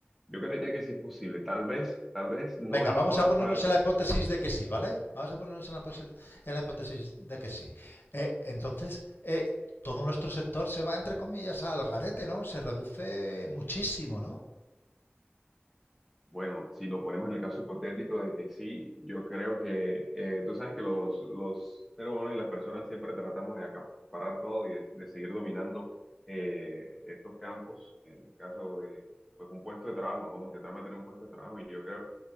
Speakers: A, in the centre; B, on the left.
A: yo creería que sí es posible. Tal vez, tal vez no
B: Venga,
A: en
B: vamos
A: todas
B: a ponernos
A: partes.
B: en la hipótesis de que sí, ¿vale? Vamos a ponernos en la, en la hipótesis de que sí. Eh, entonces, eh, todo nuestro sector se va, entre comillas, al garete, ¿no? Se reduce muchísimo, ¿no?
A: Bueno, si lo ponemos en el caso hipotético de que sí, yo creo que eh, tú sabes que los, los seres humanos y las personas siempre tratamos de acaparar todo y de, de seguir dominando eh, estos campos, en el caso de pues, un puesto de trabajo, ¿no? Intentar mantener un puesto de trabajo y yo creo